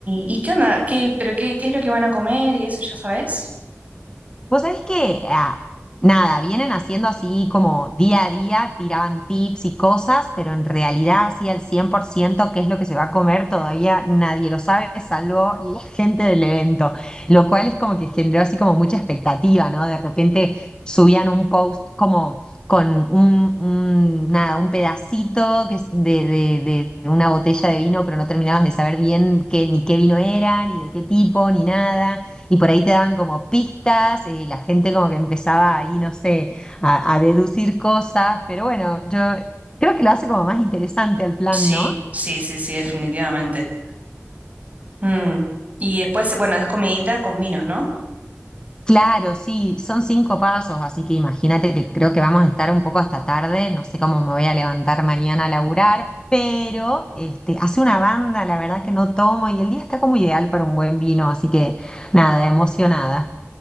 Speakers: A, on the right; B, on the left.
A: ¿y qué onda? ¿Qué, pero qué, qué es lo que van a comer y eso ya sabes?
B: Vos sabés que, ah, nada, vienen haciendo así como día a día, tiraban tips y cosas, pero en realidad así al 100% qué es lo que se va a comer todavía nadie lo sabe, salvo la <laughs> gente del evento, lo cual es como que generó así como mucha expectativa, ¿no? De repente subían un post como con un, un- nada, un pedacito que es de, de, de una botella de vino, pero no terminabas de saber bien qué, ni qué vino eran, ni de qué tipo, ni nada y por ahí te daban como pistas eh, y la gente como que empezaba ahí, no sé, a, a deducir cosas, pero bueno, yo creo que lo hace como más interesante el plan,
A: Sí,
B: ¿no?
A: sí, sí, sí, definitivamente. Mm. Y después, bueno, es comidita con vinos, ¿no?
B: Claro, sí, son cinco pasos, así que imagínate que creo que vamos a estar un poco hasta tarde, no sé cómo me voy a levantar mañana a laburar, pero este, hace una banda, la verdad que no tomo y el día está como ideal para un buen vino, así que nada, emocionada.